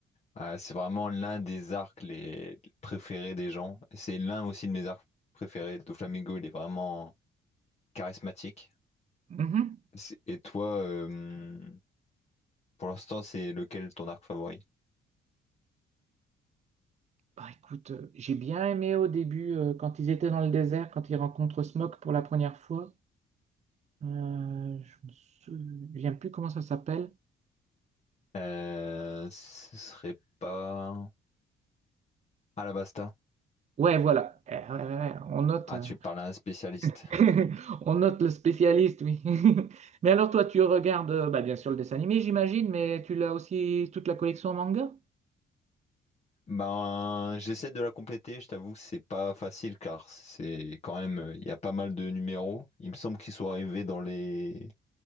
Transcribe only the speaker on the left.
Ah, c'est vraiment l'un des arcs les préférés des gens. C'est l'un aussi de mes arcs préférés. Doflamingo, il est vraiment charismatique.
C'est- Et toi, euh, pour l'instant, c'est lequel ton arc favori?
Euh, ce serait pas. Alabasta.
Ah,
tu parles à un spécialiste.
Ben, euh, j'essaie de la compléter, je t'avoue que c'est pas facile car c'est quand même, euh, il y a pas mal de numéros. Il me semble qu'ils sont arrivés dans les,